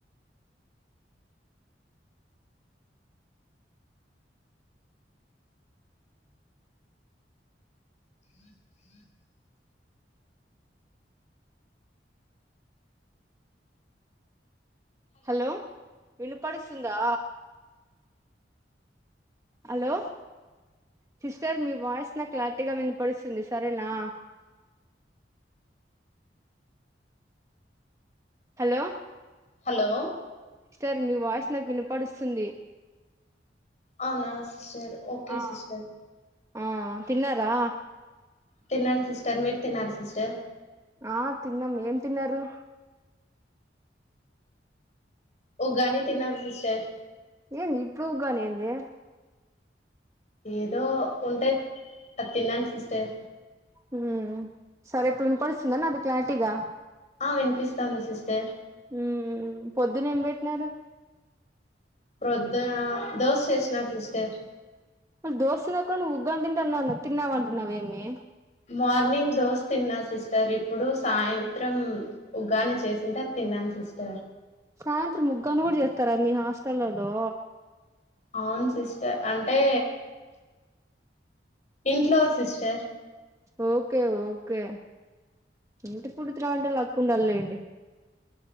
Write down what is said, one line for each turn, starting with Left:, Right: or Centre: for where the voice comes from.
Left: హ
Right: హలో వినుపడుస్తుందా హలో సిస్టర్ మీ వాయిస్ నా క్లారిటీగా వినిపడుస్తుంది సరేనా హలో
Left: హలో
Right: సిస్టర్ మీ వాయిస్ నాకు వినపడుస్తుంది
Left: అవునా సరే ఓకే
Right: ఆ
Left: సిస్టర్
Right: ఆ తిన్నారా
Left: తిన్నాంను సిస్టర్ మీరు తిన్నారు సిస్టర్
Right: ఆ తిన్నాం ఏం తిన్నారు
Left: ఉగ్గానీ తిన్నాను సిస్టర్
Right: ఏంది ఇప్పుడు ఉగ్గాని ఏంది
Left: ఏదో ఉంటయ్ అద్ తిన్నాను సిస్టర్
Right: హు సరే ఇప్పుడు విన్పడుస్తుందా నాది క్లారిటీగా
Left: ఆ వినిపిస్తాంది సిస్టర్
Right: మ్మ్ పొద్దునేం పెట్నారు.
Left: ప్రొద్దన దోశ చేస్తున్నారు సిస్టర్
Right: ఆ దోశ లోకి కానీ నువ్ ఉగ్గాని తింటన్న అన్నాను, తిన్నావు అంటున్నావు ఏమి
Left: మార్నింగ్ దోశ తిన్నా సిస్టర్ ఇప్పుడు సాయంత్రం ఉగ్గాని చేసింటే అది తిన్నాను సిస్టర్
Right: సాయంత్రం ఉగ్గాని కూడా చేస్తారా మీ హాస్టల్లోలు
Left: అవును సిస్టర్ అంటే ఇంట్లో సిస్టర్
Right: ఓకే ఓకే ఇంటి ఫుడ్ తినాలి అంటే లక్ ఉండాలి లేండి